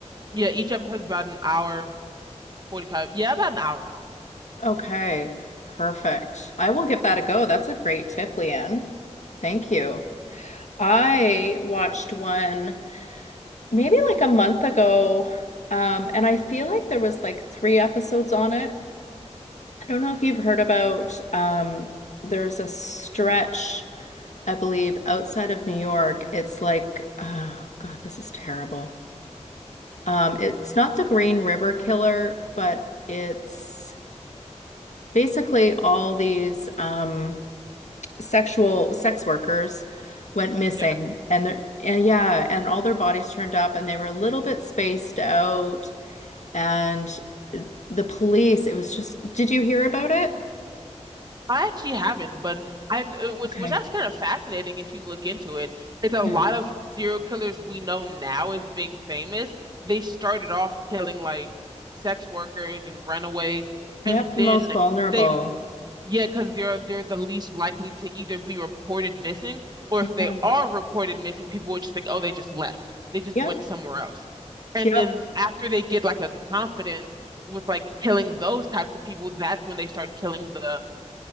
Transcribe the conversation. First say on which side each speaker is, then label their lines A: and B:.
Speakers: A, on the right; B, on the left.
A: Yeah, each episode's about an hour, 45. Yeah, about an hour long.
B: Okay. Perfect. I will give that a go. That's a great tip, Leanne. Thank you. I watched one. maybe like a month ago. Um, and I feel like there was like three episodes on it. I don't know if you've heard about um there's a stretch, I believe, outside of New York. It's like, oh God, this is terrible. Um, it's not the Green River Killer, but it's basically all these um sexual sex workers went missing
A: Yeah.
B: and they're and yeah, and all their bodies turned up and they were a little bit spaced out. and the police, it was just, did you hear about it?
A: I actually haven't, but I it was
B: Okay.
A: was that's kind of fascinating if you look into it. It's a
B: Yeah.
A: lot of serial killers we know now as being famous. They started off killing like sex workers and runaways,
B: Yep,
A: and then
B: the most vulnerable.
A: they yeah, because they're they're the least likely to either be reported missing or
B: Yeah.
A: if they are reported missing, people would just think, oh, they just left. They just
B: Yep,
A: went somewhere else. And
B: yep.
A: then after they get like a confidence with like killing those types of people, that's when they start killing the